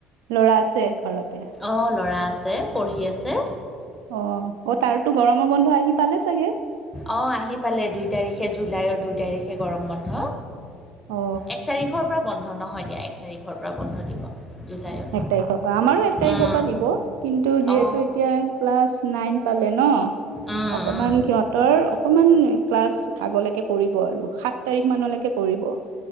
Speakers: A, on the right (about 65°); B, in the centre.
A: লৰা আছে ঘৰতে?
B: অ ল'ৰা আছে পঢ়ি আছে।
A: অ অ তাৰতো গৰমৰ বন্ধ আহি পালে চাগে?
B: অঁ আহি পালে দুই তাৰিখে জুলাইৰ দুই তাৰিখে গৰম বন্ধ।
A: অ
B: এক তাৰিখৰ পৰা বন্ধ নহয় দিয়া এক তাৰিখৰ পৰা বন্ধ দিব। জুলাইৰ
A: এক তাৰিখৰ পৰা আমাৰো এক তাৰিখৰ
B: উম
A: পৰা দিব কিন্তু যিহেতু
B: অ
A: এতিয়া ক্লাছ নাইন পালে, ন
B: উম
A: অকমান
B: উম
A: সিহতৰ অকমান ক্লাছ আগলে কৰিব আৰু সাত তাৰিখ মানলৈকে কৰিব।